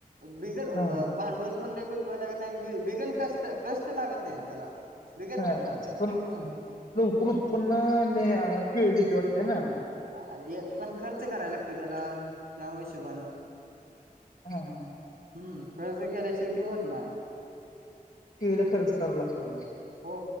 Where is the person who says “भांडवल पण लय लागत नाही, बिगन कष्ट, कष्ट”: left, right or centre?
Right